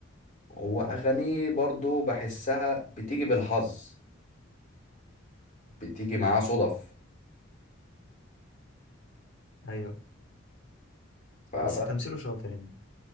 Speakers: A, on the left; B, on the left.
A: هو أغانيه برضو بحسها بتيجي بالحظ بتيجي معاه صدف
B: ايوه
A: فبس
B: بس تمثيله شاطر يعني